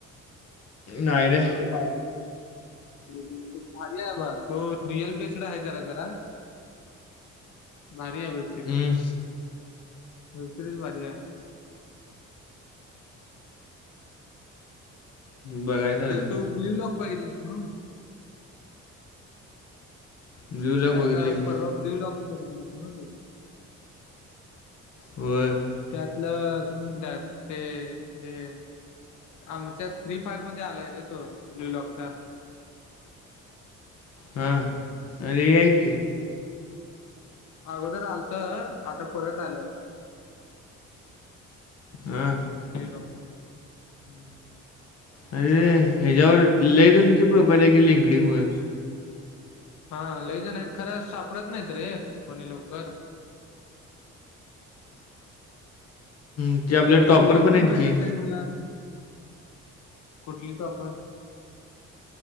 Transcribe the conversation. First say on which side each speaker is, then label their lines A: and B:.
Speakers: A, on the left; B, on the left.
A: नाही रे.
B: <unintelligible> <inaudible> भारी आहे बघ होय रिअल बेस्ड आहे जरा जरा. भारी आहे वेबसिरीज
A: हम्म,
B: वेबसिरीज भारी आहे.
A: बघायचं
B: ते
A: अजून
B: तू ब्ल्यू लॉक बघितलास न्हाव
A: ब्ल्यू लॉक
B: ते
A: बघितले
B: आता
A: की
B: परवा ब्ल्यू लॉक बघितला अस ना तू.
A: व्हय.
B: त्यातलं का म्हणतात ते हे. आमच्यात फ्री फायर मध्ये आलाय रे तो ब्ल्यूलॉकचा.
A: हां. अरे आहे की.
B: वय अगोदर आलतं आता परत आल्यात. <inaudible>
A: हा.
B: <unintelligible>
A: अरेे, ह्याच्यावर लेझनची प्रोफाईल आहे क लिंकडींगवर.
B: हा लईजणत खरं सापडत नाहीत रे कोणी लवकर
A: ते आपले
B: आता
A: टॉपर
B: सुरत पण
A: आहेत
B: भेटत
A: की
B: नाही मला कुठली कापर